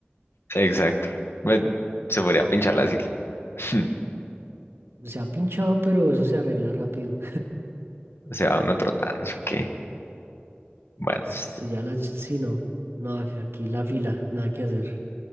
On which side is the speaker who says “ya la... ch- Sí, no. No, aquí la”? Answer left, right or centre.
Right